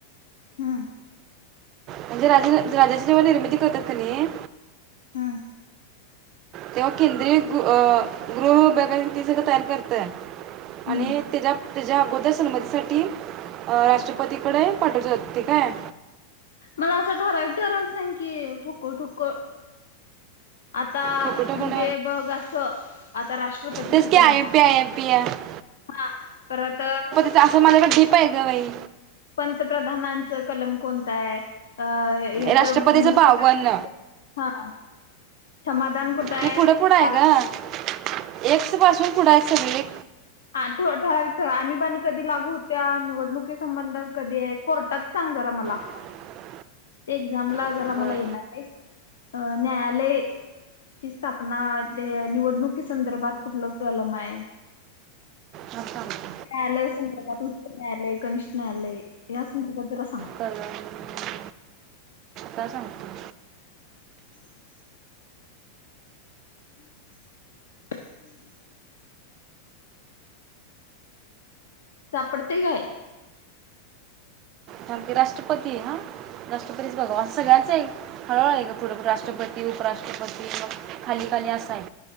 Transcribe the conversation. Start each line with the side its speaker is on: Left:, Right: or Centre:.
Left: हं
Right: म्हणजे राजा राजाची जेव्हा निर्मिती करतात का नी
Left: हम्म्म
Right: तेव्हा केंद्रीय अं गृह विभागा ती सगळ तयार करते
Left: हम्म
Right: आणि त्याच्या त्याच्या अगोदर संमतीसाठी अं राष्ट्रपतीकडे पाठवतात ते काय
Left: मला अस ठराविक ठराविक सांग की ठोकळ ठोकळ आता
Right: ठोकून ठोकून
Left: म्हणजे बघ अस आता राष्ट्रपतीची
Right: तेच की
Left: कलम
Right: आय M
Left: हां
Right: P I M P आहे
Left: परत
Right: अस माझ्याकडे टिप आहे ग बाई
Left: पंतप्रधानांच कलम कोणता आहे अं ह्याच
Right: राष्ट्रपतीचं
Left: मुख्यमंत्री
Right: बावन
Left: हां समाधान कुठ आहे
Right: ते पुढं
Left: <unintelligible>
Right: पुढं आहे ग एक्स पासुन पुढ आहेत सगळे
Left: आठ आठ आणि बाणी कधी लागु होत्या निवडणुकी संबंधा कधी आहे कोर्टात सांग जरा मला
Right: <inaudible>
Left: ते एक्झामला
Right: बरं
Left: जरा मला येणार आहे अं न्यायालय ची स्थापना ते निवडणुकीच संदर्भात कुठलं कलम आहे
Right: थांब थांब
Left: न्यायालय संदर्भात उच्च न्यायालय कनिष्ठ न्यायालय या संदर्भात जरा सांग
Right: कलम काय सांगतो
Left: हम <inaudible> <inaudible> <inaudible> सापडतेय काय
Right: थांब की राष्ट्रपती हां राष्ट्रपतीच बघा सगळ्यांच आहे हळुहळु आहे ग पुढ राष्ट्रपती उपराष्ट्रपती मग खाली खाली अस आहे